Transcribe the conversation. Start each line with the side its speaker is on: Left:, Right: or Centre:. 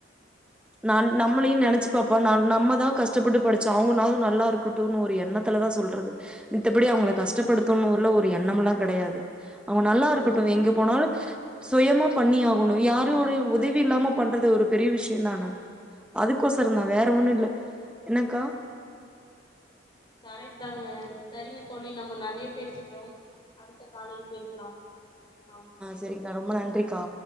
Centre: நல் நம்மளையு நெனச்சி பாப்பா நல் நம்மதா கஷ்டப்பட்டு படிச்சோ அவங்கனாவது நல்லா இருக்கட் டுன்னு ஒரு எண்ணத்துலதா சொல்றது மித்தபடி அவங்கள
Left: ம்
Centre: கஷ்டப்படுத்தனுல்ல ஒரு எண்ணம் எல்லா கெடையாது அவங்க நல்லா இருக்கட்டு
Left: ம்
Centre: எங்க போனாலு சுயமா பண்ணி ஆகணு யாரோடய உதவி இல்லாம பண்றது ஒரு பெரிய விஷ்யந்தான
Left: ம்
Centre: அதுக்கோசரந்தா
Left: கரெக்ட்
Centre: வேற ஒன்னு இல்ல என்னக்கா
Left: கரெக்ட் தாங்க சரிங்க தோழி நம்ம நறையா பேசிட்டோம் அடுத்த காலில் பேசலாம் ஆம்
Centre: செரிக்கா ரொம்ப நன்றிக்கா